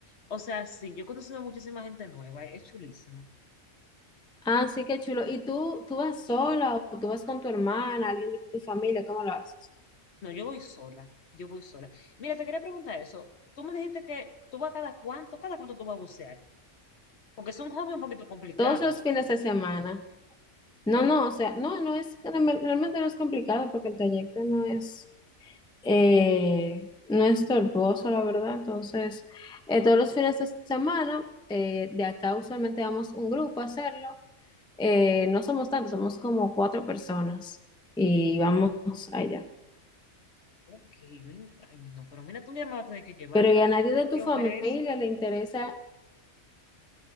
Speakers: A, on the left; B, in the centre.
A: O sea, sí, yo he conocido a muchísima gente nueva, es chulísimo.
B: Ah, sí, qué chulo. ¿Y tú, tú vas sola o tú vas con tu hermana, alguien de tu familia? ¿Cómo lo haces?
A: No, yo voy sola, yo voy sola. Mira, te quería preguntar eso. Tú me dijiste que tú vas cada cuánto, cada cuánto tú vas a bucear, porque es un hobby un poquito complicado.
B: todos los fines de semana. No,
A: Ok,
B: no, o sea, no, no es, realmente no es complicado porque el trayecto no es, eh, no es tortuoso, la verdad. Entonces, eh, todos los fines de semana, eh, de acá usualmente vamos un grupo a hacerlo. Eh, no somos tantos, somos como cuatro personas y vamos allá.
A: ok, yo, en- ay, no, pero mira, tú un día me vas a tener que llevar
B: Pero
A: para
B: ¿y a nadie
A: allá
B: de
A: para
B: tu
A: yo
B: familia
A: ver eso.
B: le interesa?